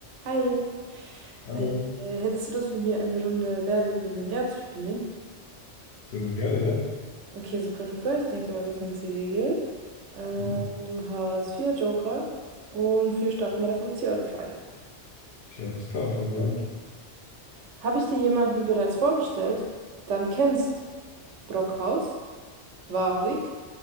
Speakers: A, on the right; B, on the left.
A: Hi,
B: Hallo.
A: äh, äh, hättest du Lust mit mir eine Runde Wer wird Millionär zu spielen?
B: Sehr, sehr gerne, ja.
A: Okay, super duper. Ich denke mal, du kennst die Regeln. Ähm,
B: Mhm.
A: du hast vier Joker und wir starten bei der 50-Euro-Frage.
B: Okay, alles klar, fangen wir an.
A: Habe ich dir jemanden bereits vorgestellt? Dann kennst Brockhaus, Warik,